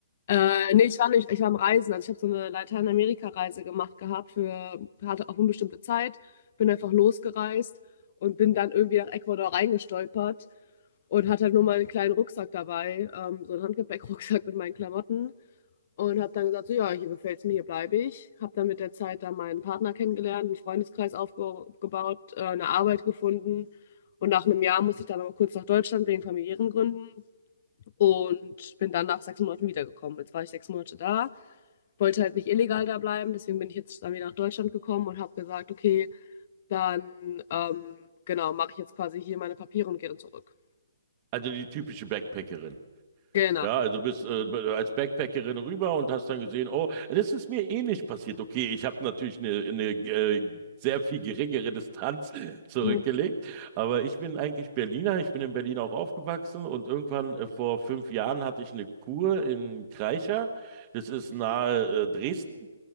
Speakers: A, on the left (about 45°); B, on the right (about 30°).
A: Äh, nee, ich war nicht, ich war am Reisen. Also ich habe so eine Lateinamerika-Reise gemacht gehabt für, hatte auf unbestimmte Zeit, bin einfach losgereist und bin dann irgendwie nach Ecuador reingestolpert und hatte halt nur meinen kleinen Rucksack dabei, ähm, so einen Handgepäckrucksack <laughs> mit meinen Klamotten. Und habe dann gesagt, so, ja, hier gefällt es mir, hier bleibe ich. Habe dann mit der Zeit dann meinen Partner kennengelernt, einen Freundeskreis aufgebaut, äh, eine Arbeit gefunden. Und nach einem Jahr musste ich dann aber kurz nach Deutschland wegen familiären Gründen und bin dann nach sechs Monaten wiedergekommen. Jetzt war ich sechs Monate da, wollte halt nicht illegal da bleiben, deswegen bin ich jetzt dann wieder nach Deutschland gekommen und habe gesagt, okay, dann ähm, genau, mache ich jetzt quasi hier meine Papiere und gehe dann zurück.
B: Also die typische Backpackerin.
A: Genau.
B: Ja, also du bist äh, als Backpackerin rüber und hast dann gesehen, oh, das ist mir ähnlich passiert. Okay, ich habe natürlich eine, eine äh, sehr viel geringere Distanz <laughs> zurückgelegt,
A: Mhm.
B: aber ich bin eigentlich Berliner, ich bin in Berlin auch aufgewachsen und irgendwann äh, vor fünf Jahren hatte ich eine Kur in Kreischer, das ist nahe äh, Dresden.